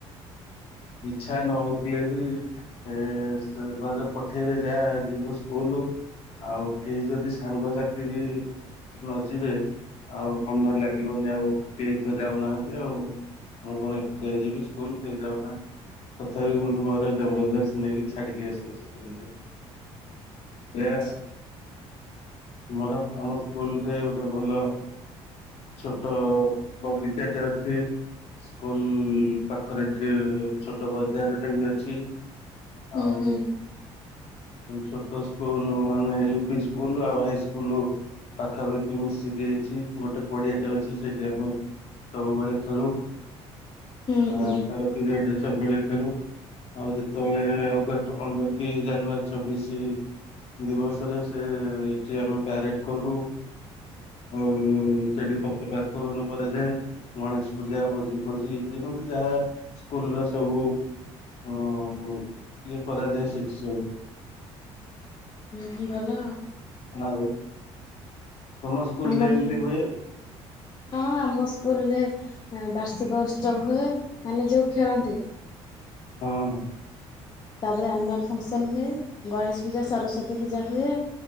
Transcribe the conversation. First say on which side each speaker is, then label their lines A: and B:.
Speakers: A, on the left; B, on the left.
A: ଇଛା ନ ହଉଥିଲେ ବି ଏ ସେ ଘରେ ପଠେଇବେ ଯା ଯିବୁ ସ୍କୁଲ ଆଉ କେହି ଯଦି ସାଙ୍ଗସାଥି ବି ନ ଯିବେ ଆଉ ମନ ଲାଗିବନି ଆଉ କେହି ତ ଯାଉନାହାନ୍ତି ଆଉ ମୁଁ କଣ ଏକୁଟିଆ ଯିବି ସ୍କୁଲ କେହିଯାଉ ନାହାନ୍ତି। ତଥାପି କିନ୍ତୁ ଘରେ ଜବରଦସ୍ତ ନେଇକି ଛାଡିକି ଆସିବେ
B: ଆଚ୍ଛା
A: <unintelligible> ମୋର ଆମ ସ୍କୁଲରେ ଗୋଟେ ଭଲ ଛୋଟ ବଗିଚା ଟେ ଅଛି। ସ୍କୁଲ ପାଖରେ <unintelligible> ଛୋଟ ବଜାର ଟେ ବି ଅଛି
B: ହୁଁ
A: ଆଉ
B: ହୁଁ।
A: ଛୋଟ ସ୍କୁଲ ମାନେ ୟୁ ପି ସ୍କୁଲ ଆଉ ହାଇସ୍କୁଲ୍‌। ପାଖାପାଖି ମିଶିକି ହେଇଛି ଗୋଟେ ପଡିଆଟେ ଅଛି ସେଇଟି <unintelligible> ସବୁବେଳେ ଖେଳୁ।
B: ହୁଁ
A: ଆଉ
B: ହୁଁ
A: ଖାଲି ପିରିୟଡରେ ସବୁବେଳେ ଖେଳୁ ଆଉ ଯେତେବେଳେ ଅଗଷ୍ଟ ପନ୍ଦର କି ଜାନୁଆରୀ ଛବିଶି ଦିବସରେ ସେଠି ଆମେ ପ୍ୟାରେଡ କରୁ। ଆଉ ସେଠି ପତକା ଉତ୍ତଳନ କରାଯାଏ। ଗଣେଶ ପୂଜା ଭୋଜି ଫୋଜି ଯେମିତି ଯାହା ସ୍କୁଲ ର ସବୁ। ହଁ ହଉ। କରାଯାଏ ସେଠି ସବୁ।
B: ହୁଁ ଭଲ ଆଉ।
A: ଆଉ ତମ ସ୍କୁଲରେ
B: ଆମର
A: ଏମିତି
B: ବି
A: ହୁଏ।
B: ହଁ ଆମ ସ୍କୁଲରେ ବାର୍ଷିକ ଉତ୍ସବ ହୁଏ ମାନେ ଯଉ ଖେଳନ୍ତି।
A: ହଁ ହଁ।
B: ତାପରେ ଆନୁଆଲ ଫଙ୍କସନ ହୁଏ, ଗଣେଶ ପୂଜା ସରସ୍ଵତୀ ପୂଜା ହୁଏ।